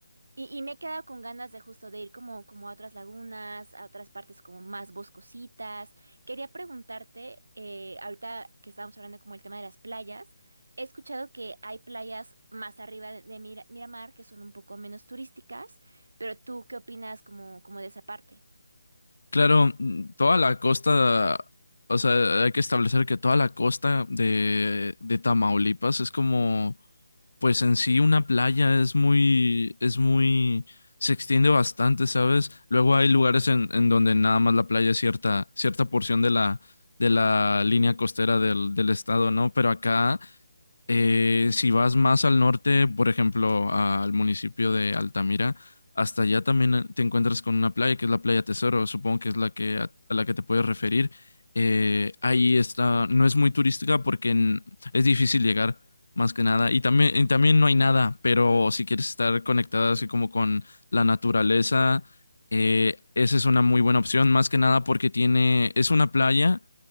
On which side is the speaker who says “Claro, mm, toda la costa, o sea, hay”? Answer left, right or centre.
Left